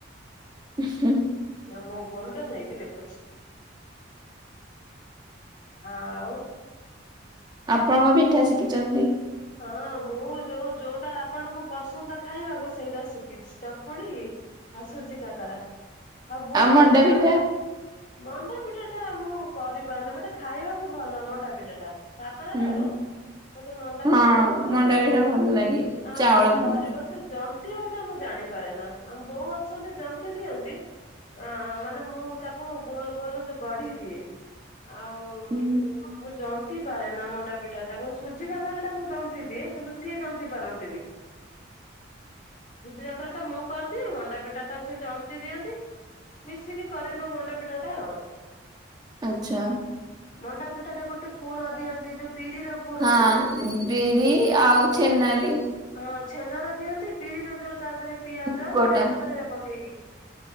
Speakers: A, on the right; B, on the left.
A: ଉ ହୁଁ।
B: ମୋ ଫୋନ ଟା ନେଇକି ଦେଖୁଛି ଆଉ।
A: ଆପଣଙ୍କ ପିଠା ଶିଖିଛନ୍ତି?
B: ହଁ ମୁଁ ଯୋଉ ଯୋଉଟା ଆପଣଙ୍କୁ ପସନ୍ଦ ଖାଇବାକୁ ସେଇଟା ଶିଖିଛି ଚକୁଳି। ଆଉ ସୁଜି କାକରା ଆଉ ବୁଢା
A: ମଣ୍ଡା
B: ବୁଢା।
A: ପିଠା
B: ମଣ୍ଡାପିଠା ଟା ମୁଁ କରିପାରୁନି ମତେ ଖାଇବାକୁ ଭଲ ମଣ୍ଡାପିଠା ଟା। କାକରା
A: ହୁଁ
B: ଠାରୁ ମୋତେ ମଣ୍ଡାପିଠା
A: ହଁ
B: ଟା ଭଲ
A: ମଣ୍ଡା
B: ଲାଗେ
A: ପିଠା ଭଲ ଲାଗେ
B: ଆଉ
A: ଚାଉଳ
B: ମୁଁ
A: ମଣ୍ଡା
B: କରିବ ସେ ଜନ୍ତିବା ଟା ମୁଁ ଜାଣିପାରେ ନା ଆମ ବୋଉ ଅଛନ୍ତି ଜନ୍ତି ଦିଅନ୍ତି। ଅ ମାନେ ମୁଁ ତାକୁ ଗୋଲ ଗୋଲ ଯୋଉ ଗଢି ଦିଏ। ଆଉ
A: ହୁଁ
B: ମୁଁ ଜନ୍ତି ପାରେ ନା ମଣ୍ଡାପିଠା ଟା ମୁଁ ସୁଜି କାକରା ଟା ମୁଁ ଜନ୍ତି ଦିଏ କିନ୍ତୁ ସିଏ ଜନ୍ତି ପାରନ୍ତିନି। ସୁଜି କାକରା ଟା ମୁଁ କରିଦିଏ ମଣ୍ଡା ପିଠା ଟା ସେ ଜନ୍ତି ଦିଅନ୍ତି। ମିଶିକି କରିଦଉ ମଣ୍ଡା ପିଠା ଟା ଆଉ।
A: ଆଚ୍ଛା।
B: ମଣ୍ଡାପିଠାରେ ଗୋଟେ ପୂର୍ ଦିଅନ୍ତି ଯୋଉ ବିରିର ପୁର
A: ହଁ
B: ଜାଣିଛନ୍ତି?
A: ବିରି ଆଉ ଛେନା ବି।
B: ହଁ ଛେନ ର ଦିଅନ୍ତି ବିରିର ଯୋଉ ତା ଦେହରେ ପିଆଜ
A: ମୁଗଟା
B: ଧଣିଆ ପତ୍ର ଏରା ପକେଇକି।